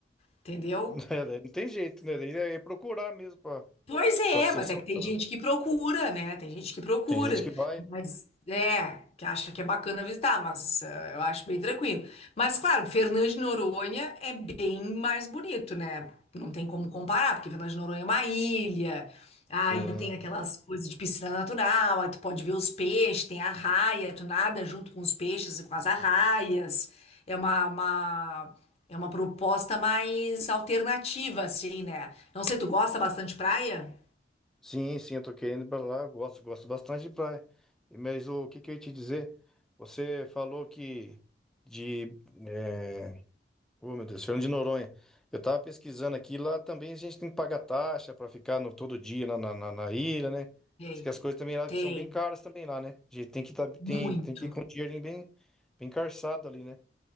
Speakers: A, on the left; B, in the centre.
A: Entendeu?
B: <laughs> Daí Não tem jeito, né? Daí É procurar mesmo pra,
A: Pois é,
B: pra ser
A: mas
B: assaltado.
A: é que tem gente que procura, né? Tem gente que procura,
B: Tem gente que vai. né?
A: mas é, que acha que é bacana visitar, mas eh, eu acho bem tranquilo. Mas claro, Fernando de Noronha é bem mais bonito, né? Não tem como comparar, porque Fernando de Noronha é uma ilha, ah,
B: Sim,
A: e tem aquelas coisas de piscina natural, aí tu pode ver os peixes, tem arraia, tu nada junto com os peixes e com as arraias. É uma, uma- é uma proposta mais alternativa, assim, né? Não sei, tu gosta bastante de praia?
B: sim, sim, eu tô querendo ir pra lá, eu gosto, gosto bastante de praia. e Mas o que que eu ia te dizer? Você falou que de, eh, Ô, meu Deus, Fernando de Noronha. Eu tava pesquisando aqui, lá também a gente tem que pagar taxa para ficar no, todo dia na, na, na- na ilha, né?
A: Tem,
B: Diz que as coisas também lá
A: tem,
B: são bem caras também lá, né? A gente tem que, tá, tem,
A: muito.
B: tem que ir com o dinheirinho bem, bem carçado ali, né?